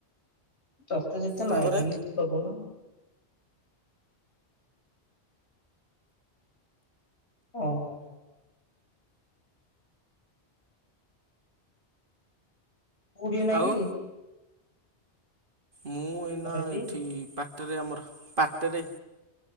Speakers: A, on the left (about 75°); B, on the right (about 50°).
A: ତତେ ଯେତେ
B: ତାପରେ
A: ମାଗିଲେ ଦବୁନୁ। ଉଁ ହୁଁ ହ। କୋଡିଏ ନାଇଁ
B: ଆଉ
A: କି?
B: ମୁଁ ଏଇନା
A: ଘରେ ଟି
B: ଏଠି ପାଟେରେ ଆମର ପାଟେରେ